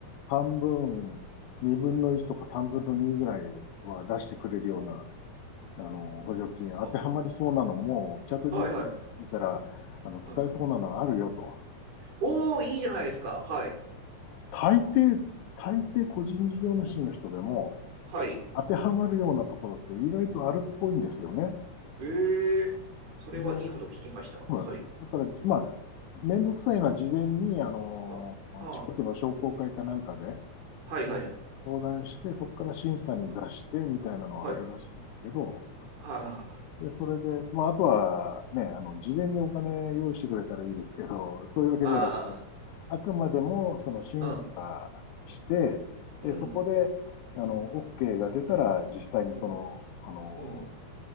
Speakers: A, on the left (about 80°); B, on the right (about 75°).
A: 半分、2分の1とか3分の2ぐらいは出してくれるようなあの、補助金当てはまりそうなのも、
B: は、
A: チャット
B: はいはい。
A: GPT 見たら、あの、使えそうなのあるよと。
B: うん、おー、いいじゃないですか。はい。
A: 大抵、大抵個人事業主の人でも、
B: はい。
A: 当てはまるようなところって意外とあるっぽいんですよね。
B: ええそれはいいことを聞きました。
A: で、そうなんです。
B: はい。
A: だから、まあ、めんどくさいのは事前に、あの、
B: あ、あー、
A: 近くの商工会かなんかで
B: はいはい。
A: 相談して、そこから審査に出してみたいなのはあるらしいんですけど、
B: あ、はい。はあ、
A: で、それで、まあ、あとはね、あの、事前にお金用意してくれたらいいですけど、<laughs> そういうわけじゃなくて、
B: あ
A: あくまでも、その審査
B: あ、うん。
A: して、で、
B: うん、
A: そこで、あの、
B: うん、
A: OK が出たら、実際にその、
B: うん、
A: あの、
B: うん。